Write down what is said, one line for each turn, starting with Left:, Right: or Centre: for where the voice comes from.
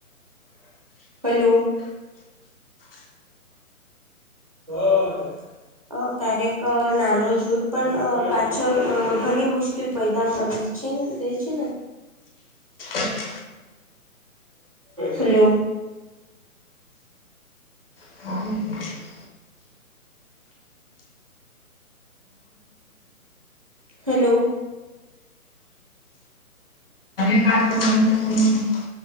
Right: હલો હ અ ક્યારેક નાનો જૂથ પણ પાછળ ઘણી મુશ્કેલ પેદા કરી છે દ છે
Left: હ
Right: હલોલો
Left: હા
Right: હલો
Left: <unintelligible>